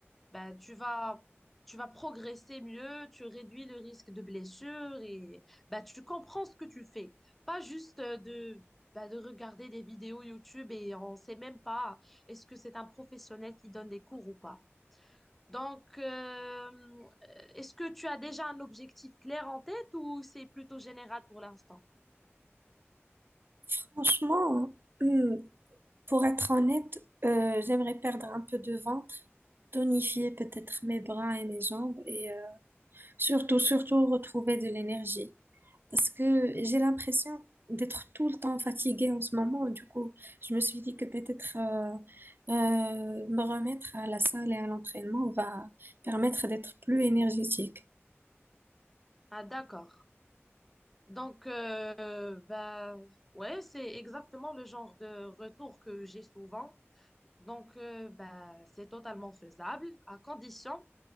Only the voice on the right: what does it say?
Franchement, hum, pour être honnête, euh, j'aimerais perdre un peu de ventre, tonifier peut-être mes bras et mes jambes et euh, surtout, surtout retrouver de l'énergie. Parce que j'ai l'impression d'être tout le temps fatiguée en ce moment. Du coup, je me suis dit que peut-être euh, euh, me remettre à la salle et à l'entraînement va permettre d'être plus énergétique.